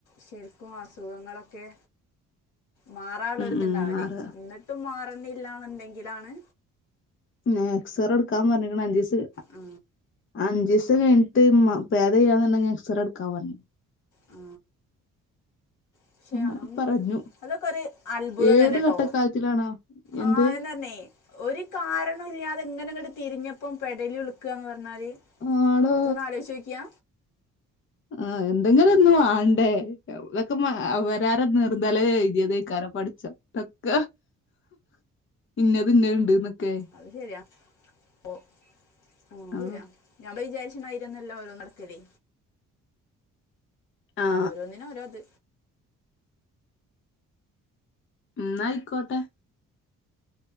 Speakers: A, on the left; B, on the left.
A: ശരിക്കും അസുഖങ്ങളൊക്കെ. മാറാള്ളൊര്
B: ഉം
A: ഇത്ണ്ടാവുലെ
B: ഉം മാറാ
A: ന്നട്ടും മാർണില്ലാന്ന്ണ്ടങ്കിലാണ്
B: ഉം എക്സറെട്ക്കാം പർഞ്ഞിക്ക്ണ് അഞ്ചിസ്
A: ആ
B: അഞ്ജീസം കൈഞ്ട്ട് മ പേതയ്യാന്ന്ണ്ടങ്കി എക്സറ ഇട്ക്കാം പർഞ്ഞി
A: ആ. പക്ഷെ
B: അങ്ങനെ
A: ആം
B: പറഞ്ഞു
A: അതൊക്കൊര് അത്ഭുതം
B: ഏത്
A: തന്നെട്ടോ.
B: ഘട്ടക്കാലത്തിലാണോ എന്ത്
A: ആ <unintelligible> ഒര് കാരണുല്ല്യാതെ ഇങ്ങനെ ഇങ്ങട്ട് തിരിഞ്ഞപ്പം പെടല്യുൾ ക്ക ന്ന് പർഞ്ഞാല്
B: ആടോ
A: ഇതന്ന് ആലോയ്ച്ചോക്ക്യാ.
B: ആ എന്തെങ്കിലൊന്ന് വാണ്ടേ. ഇതക്ക അവരാരെ <unintelligible> എയ്തിയതേക്കാരം പട്ച്ചോ തൊക്ക. ഇന്നത് ഇന്നെൽ ഇണ്ട്ന്നൊക്കെ.
A: അത് ശരിയാ ഓ. ഓ അത്
B: ആ
A: ശരിയാ ഞമ്മള് വിചാരിച്ണ മായിര്യൊന്നല്ല ഓരോന്ന് നടക്കലെ.
B: ആ
A: ഓരോന്നിന് ഓരോ ത്
B: ന്നാ അയിക്കോട്ടെ.